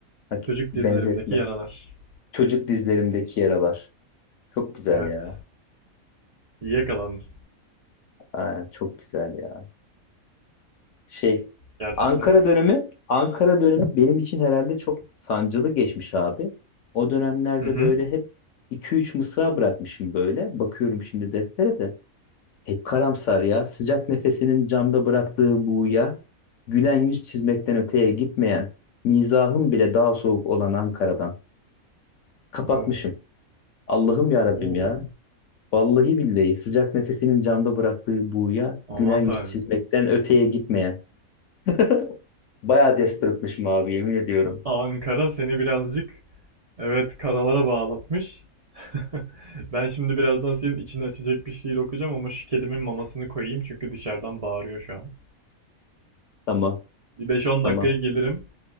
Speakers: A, on the left; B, on the right.
A: Bak,
B: Çocuk
A: benzetme.
B: dizlerimdeki yaralar.
A: Çocuk dizlerimdeki yaralar. Çok güzel
B: Evet.
A: ya.
B: İyi yakaladın.
A: Aa, çok güzel ya. Şey
B: Gerçekten.
A: Ankara dönemi Ankara dönemi benim için herhalde çok sancılı geçmiş abi. O dönemlerde
B: Hı hı.
A: böyle hep iki üç mısra bırakmışım böyle. Bakıyorum şimdi deftere de. Hep karamsar ya, sıcak nefesinin camda bıraktığı buğuya, gülen yüz çizmekten öteye gitmeyen, mizahım bile daha soğuk olan Ankara'dan. Kapatmışım.
B: Oo.
A: Allah'ım ya Rabbim
B: Oo.
A: ya. Vallahi billahi sıcak nefesinin camda bıraktığı buğuya,
B: Aman
A: gülen yüz
B: tanrım.
A: çizmekten öteye gitmeyen. <laughs> Bayağı desperate'mışım abi yemin ediyorum.
B: Ankara seni birazcık evet karalara bağlatmış. <laughs> Ben şimdi birazdan senin içini açacak bir şiir okuyacağım ama şu kedimin mamasını koyayım çünkü dışarıdan bağırıyor şu an.
A: Tamam,
B: Bir 5-10
A: tamam.
B: dakikaya gelirim.